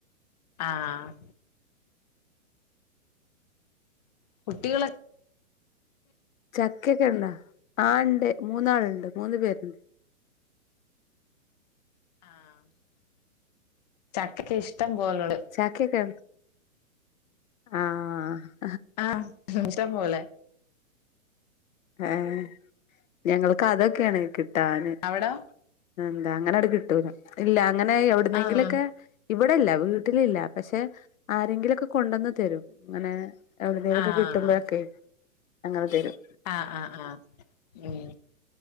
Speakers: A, on the left (about 35°); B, on the left (about 75°).
A: ആഹ് കുട്ടികള
B: ചക്കെക്കെണ്ട ആ ണ്ട് മൂന്നാൾണ്ട് മൂന്ന് പേര്ണ്ട്
A: ആഹ് ചക്കെക്കെ ഇഷ് ട്ടം പോലെണ്ട്
B: ചക്കയൊക്കെ ആഹ്
A: ആഹ് <unintelligible> ട്ടം പോലെ
B: ആഹ് ഞങ്ങൾക്കതൊക്കെണ് കി ട്ടാന്
A: അവിടോ
B: ആഹ് അങ്ങനട് കിട്ടൂല്ല ഇല്ലാ ങ്ങനെ എവ്ട്നെങ്കിലൊക്കെ
A: ആഹ്
B: ഇവ് ഇവടെല്ല വീട്ടിലില്ല പഷേ ആരെങ്കിലൊക്കെ കൊണ്ടന്ന് തരും ങ്ങനെ എവ്ട്നേലൊക്കെ
A: ആഹ്
B: കിട്ടുമ്പഴൊക്കെ അങ്ങനെ തെരും
A: അ അ ആ ഏഹ്